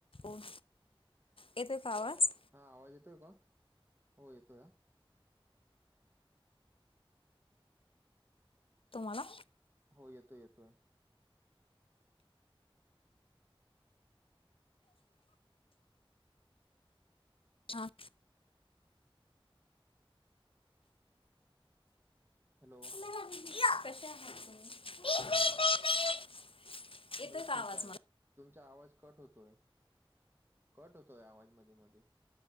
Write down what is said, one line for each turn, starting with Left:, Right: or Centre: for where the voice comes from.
Left: ओह येतोय का आवाज?
Right: हां आवाज येतोय का? हो येतोय आ.
Left: तुम्हाला
Right: हो येतोय येतोय.
Left: आ. <inaudible>
Right: हॅलो.
Left: कशा आहात तुम्ही? <inaudible>
Right: मी ठीक
Left: आवाज
Right: आहे.
Left: मला
Right: तुमचा आवाज कट होतोय कट होतोय आवाज मधी मधी.